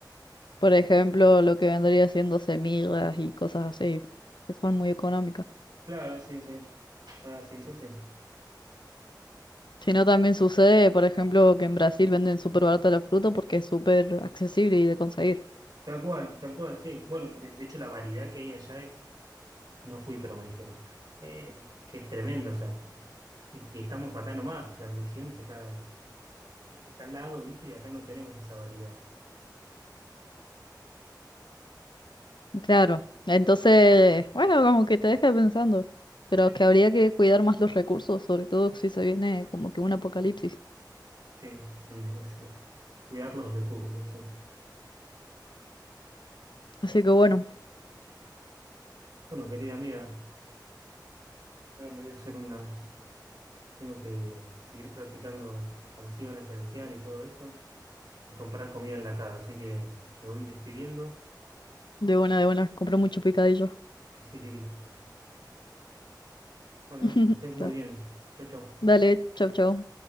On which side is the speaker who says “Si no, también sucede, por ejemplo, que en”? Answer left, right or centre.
Left